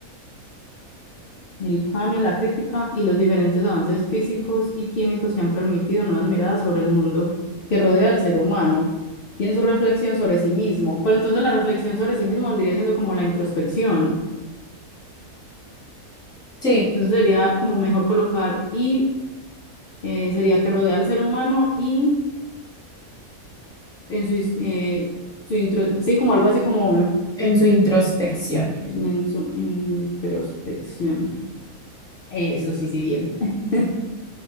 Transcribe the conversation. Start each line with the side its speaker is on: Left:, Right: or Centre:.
Left: el cambio en la crítica y los diferentes avances físicos y químicos que han permitido nuevas miradas sobre el mundo que rodea al ser humano y en su reflexión sobre sí mismo. Pero entonces la reflexión sobre sí mismo vendría siendo como la introspección.
Centre: Sí,
Left: Entonces sería como mejor colocar y eh, sería que rodea al ser humano y en su, eh, su intro, sí, como algo así como
Centre: en su introspección.
Left: en su introspección. Eso sí, sí, bien, bien. <laughs>